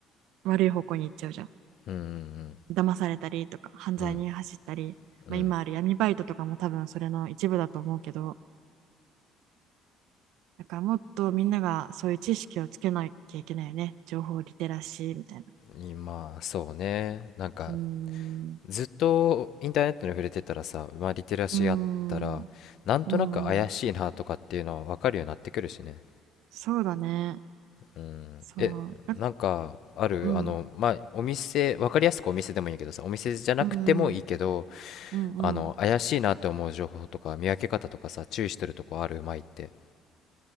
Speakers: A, on the right; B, on the left.
A: 悪い方向に行っちゃうじゃん
B: うんうん
A: 騙されたりとか犯罪に走ったり、
B: うんうんうん
A: まあ、今ある闇バイトとかも多分それの一部だと思うけどだからもっとみんながそういう知識をつけなきゃいけないよね情報リテラシーみたいな
B: うんまあそうねなんか
A: うーん
B: ずっとインターネットに触れてたらさ、まあ、リテラシーあったらなんとなく怪しいなとかっていうのは分かるようになってくるしね
A: うーんうんうんそうだね
B: うんえなんかあるあのまあお店分かりやすくお店でもいいけどさお店じゃなくてもいいけど
A: そうだうん、うん、うん、うんうん。
B: あの怪しいなって思う情報とか見分け方とかさ注意してるとこあるうまいって